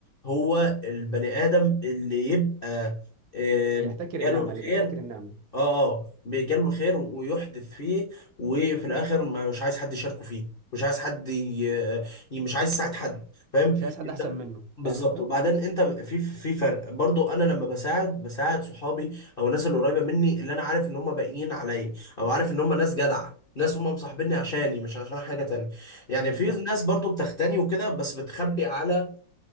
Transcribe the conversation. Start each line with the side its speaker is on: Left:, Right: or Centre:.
Left: هو البني ادم اللي يبقى آه،
Right: اللي يحتكر النعمه
Left: جاله الخير
Right: اللي بيحتكر النعمه
Left: اه اه بيجاله الخير ويحدث فيه وفي الاخر ما- مش عايز حد يشاركه فيه مش عايز حد ي... ي- مش عايز يساعد حد فاهم
Right: مش عايز حد
Left: انت
Right: احسن منه
Left: بالظبط
Right: فاهم انت
Left: وبعدين انت في في فرق برضو انا لما بساعد بساعد صحابي او الناس اللي قريبه مني اللي انا عارف ان هم باقيين عليا او عارف ان هم ناس جدعه ناس هم مصاحبيني عشاني مش عشان حاجه تانية يعني
Right: بالظبط
Left: في ناس برضو بتغتني وكده بس بتخبي على